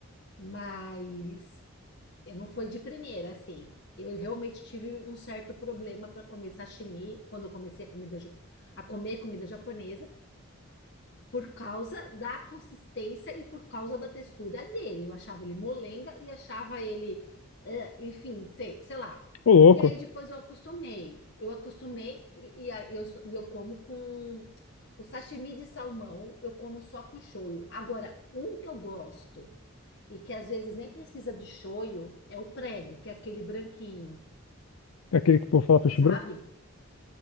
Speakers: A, on the left; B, on the left.
A: Mas eu não foi de primeira, assim. Eu realmente tive um certo problema para comer sashimi quando eu comecei a, comida, ja- a comer comida japonesa, por causa da consistência e por causa da textura dele. Eu achava ele molenga e achava ele, eh, enfim, sei, sei lá.
B: Ô, louco.
A: E aí depois eu acostumei. Eu acostumei e, e a- eu, só- e eu como com o sashimi de salmão, eu como só com shoyu. Agora, um que eu gosto e que às vezes nem precisa de shoyu, é o prego, que é aquele branquinho,
B: É aquele que o povo fala peixe
A: sabe?
B: branco?